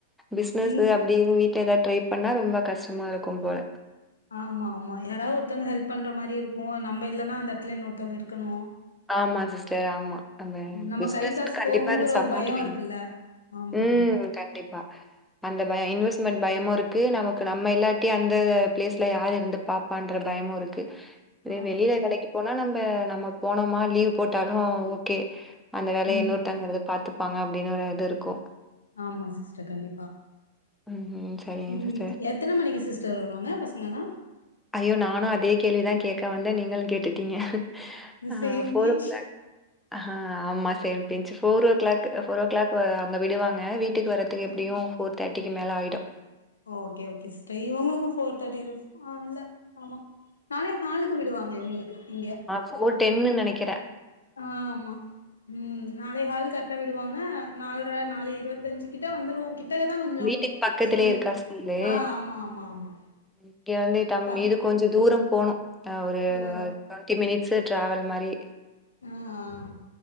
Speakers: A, in the centre; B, on the left (about 85°).
A: பிஸ்னஸு
B: நீ
A: அப்டின் வீட்ல எதா ட்ரை பண்ணா ரொம்ப கஸ்ட்டமா இருக்கும் போல
B: ஆமா ஆமா யாராவ் ஒர்த்தங்க ஹெல்ப் பண்ற மாரி இருக்கு நம்ப இல்லனா அந்த எட்த்துல இன்னொர்த்தங்க இருக்கணு
A: ஆமா சிஸ்டர் ஆமா அந்த
B: நம்ம
A: பிஸ்னஸ்க்கு
B: கை காசு
A: கண்டிப்பா
B: போகுங்கிற
A: ஒரு சப்போ்ட்
B: பயம்
A: வேண்
B: இருக்குல்ல. ஆமாமா.
A: ம் கண்டிப்பா அந்த பய இன்வெஸ்மெண்ட் பயமு இருக்கு நமக்கு நம்ம இல்லாட்டி அந்த ப்ளேஸ்ல யார் இருந்து பாப்பான்ற தயமு இருக்கு ரே
B: ஆமாமா.
A: வெளில வேலைக்கி போனா நம்ம நம்ம போனமா லீவ் போட்டாலு ஓகே அந்த வேலய
B: ம்.
A: இன்னொருத்ங்க இருந்து பாத்துப்பாங்க அப்டின்னு ஒரு இது இருக்கு
B: ஆமா சிஸ்டர் கண்டிப்பா
A: ம் ம் சரிங்க
B: ம்
A: சிஸ்டர்.
B: எத்தன மணிக்கு சிஸ்டர் வருவாங்க பசங்கள்லா
A: ஐயோ நானு அதே கேள்விதா கேக்க வந்த நீங்களு கேட்டுட்டீங்க அ
B: சேம்
A: ஃபோர்
B: கேஜ்
A: ஓ க்ளாக் ஹ ஆமா சேம் பின்ச்ஃபோர் o'clock four o'clock அங்க விடுவாங்க வீட் டுக் வரதுக் எப்டியு
B: ஆ
A: ஃபோர் தேட்டிக்கு மேலே ஆகிடு
B: ஓகே ஓகே ஸ்ட இவ்ங்ளுக்கு ஃபோர் தேர்டிக் ஆ இல்ல ஆமா நாலே காலுக்கு விடுவாங்க இவ்ங்ளுக்கு இங்க
A: ஃபோர் டன்னு நெனக்கிற
B: அ ஆமா ம் நாலே ஹால் கட் ட் விடுவாங்க நாலுற நாலு இருவத்தஞ்சுகிட்ட வந்துருவோ டக தா கொஞ்சோ
A: வீட்டுக்கு பக்கத்திலயே
B: ஸ்கூலு
A: இருக்கா ஸ்கூலு.
B: அ ஆமா ஆமா ஆமா
A: இங்க வந்துதம்
B: பா
A: இது கொஞ்ச தூரம் போணு அ ஒரு
B: தூரோ
A: டொன்டி மினிட்ஸு ட்ராவல் மாரி
B: உ அ